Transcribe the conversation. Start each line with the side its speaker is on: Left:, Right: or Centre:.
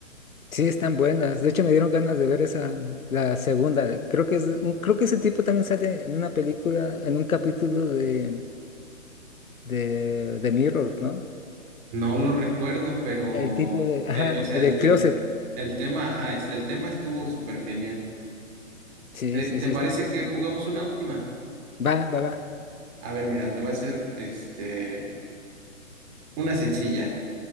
Left: sí, están buenas. De hecho, me dieron ganas de ver esa, la segunda. Creo que es, un- creo que ese tipo también sale en una película, en un capítulo de, de, de Mirror, ¿no?
Right: No lo recuerdo, pero,
Left: El tipo de, ajá,
Right: eh, o sea,
Left: el
Right: el,
Left: del closet.
Right: el, el tema, ajá, es- el tema estuvo súper genial.
Left: Sí,
Right: ¿Te,
Left: sí,
Right: te
Left: sí,
Right: parece
Left: está interesante.
Right: que jugamos una última?
Left: Va, va, va.
Right: A ver, mira, te voy a hacer, este, una sencilla.